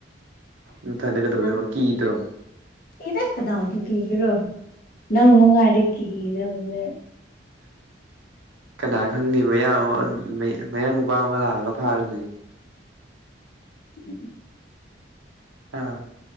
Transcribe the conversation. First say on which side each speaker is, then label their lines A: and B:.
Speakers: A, on the right; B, on the left.
A: ꯅꯊꯟꯗ ꯀꯩꯗꯧꯗꯣꯏꯕ
B: ꯅꯪ
A: ꯀꯤꯗ꯭ꯔꯣ
B: ꯀꯤꯗꯦ ꯀꯅꯥꯕꯨ ꯀꯤꯒꯦꯔꯣ ꯅꯪ ꯃꯪꯉꯥꯏꯔꯦ ꯀꯤꯒꯗꯧꯕꯖꯦ
A: ꯀꯅꯥ ꯈꯪꯅꯤ ꯃꯌꯥꯝ ꯑꯃ ꯃꯌꯥ ꯅꯨꯄꯥ ꯑꯃ ꯂꯥꯛꯑꯒ ꯐꯥꯔꯗꯤ
B: <unintelligible>
A: ꯑꯥ